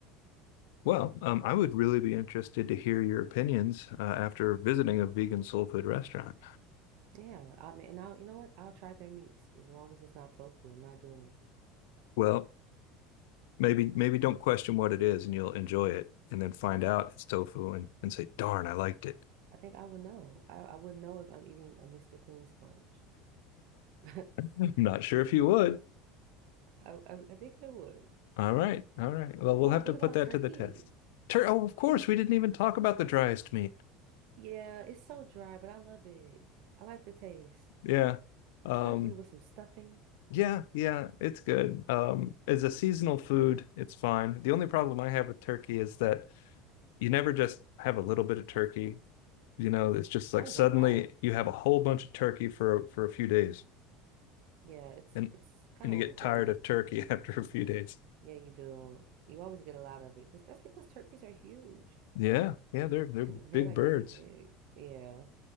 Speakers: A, on the left (about 65°); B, on the right (about 60°).
A: Well, um, I would really be interested to hear your opinions uh, after visiting a vegan soul food restaurant.
B: Yeah, I mean, and I'll, you know what? I'll try their meats as long as it's not tofu. I'm not doing it.
A: Well, Maybe maybe don't question what it is and you'll enjoy it and then find out it's tofu and, and say, darn, I liked it.
B: I think I would know. I, I would know if I'm eating a Mr. Clean sponge. <laughs>
A: <laughs> Not sure if you would.
B: I, I I think I would.
A: All right. All right. Well, we'll
B: Oh,
A: have
B: what
A: to put
B: about
A: that
B: turkey?
A: to the test. Tur- oh, of course, we didn't even talk about the driest meat.
B: Yeah, it's so dry, but I love it. I like the taste,
A: Yeah. Um,
B: especially with some stuffing.
A: yeah, yeah, it's good. Um, as a seasonal food, it's fine. The only problem I have with turkey is that you never just have a little bit of turkey. You know, it's just
B: It's
A: like
B: always
A: suddenly
B: a lot.
A: you have a whole bunch of turkey for for a few days.
B: Yeah, it's
A: and
B: it's kind
A: and
B: of
A: you
B: overbearing.
A: get tired of turkey <laughs> after a few days.
B: Yeah, you do. You always get a lot of it because that's because turkeys are huge.
A: Yeah, yeah, they're they're
B: <laughs>
A: big
B: They're like
A: birds.
B: really big. Yeah.